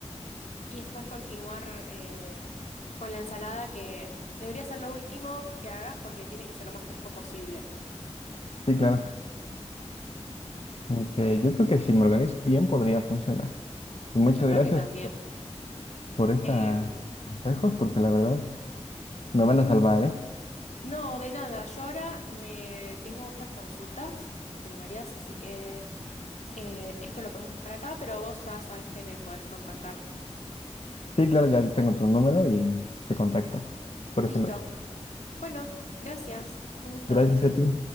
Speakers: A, on the left; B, on the left.
A: y después continuar eh, con la ensalada, que debería ser lo último que hagas porque tiene que ser lo más fresco posible.
B: Sí, claro. Ok, yo creo que si me organizo bien podría funcionar. Y muchas
A: Yo creo
B: gracias
A: que también.
B: por, por estos
A: Em,
B: consejos, porque la verdad me van a salvar, ¿eh?
A: no, de nada. Yo ahora me tengo otras consultas culinarias, así que eh, esto lo podemos dejar acá, pero vos ya sabes que me podés contactar.
B: Sí, claro, ya tengo tu número y te contacto por
A: Listo.
B: ese medio.
A: Bueno, gracias. Un gusto.
B: Gracias a ti.